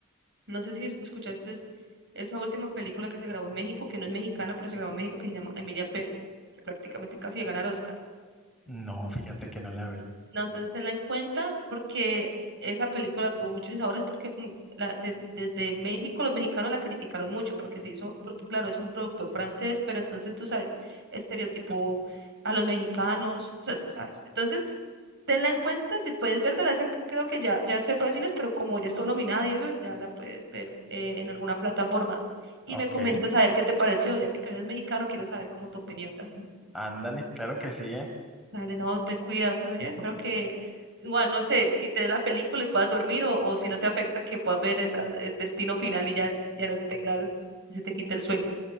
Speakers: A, on the right; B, in the centre.
A: no sé si escuchaste esa última película que se grabó en México, que no es mexicana, pero se grabó en México, que se llama Emilia Pérez, que prácticamente casi le gana el Oscar.
B: No, fíjate que no la oí.
A: No, entonces tenla en cuenta porque esa película tuvo muchos insabores porque mm, la- de- desde México los mexicanos la criticaron mucho porque se hizo, porque claro, es un productor francés, pero entonces tú sabes, estereotipo a los mexicanos, o sea, tú sabes. Entonces, tenla en cuenta, si puedes verla, esa c- creo que ya, ya se fue a cines, pero como ya estuvo nominada y eso, ya la puedes ver eh, en alguna plataforma. Y
B: Ok,
A: me comentas a ver qué te pareció, ya que eres mexicano, quiero saber cómo tu opinión. Dale.
B: ándale, claro que sí, ¿eh?
A: Dale, no, te cuidas, oye, espero que igual, no sé, si te dé la película y puedas dormir o, o si no te afecta que puedas ver esa- el destino final y ya, ya no tengas, se te quite el sueño.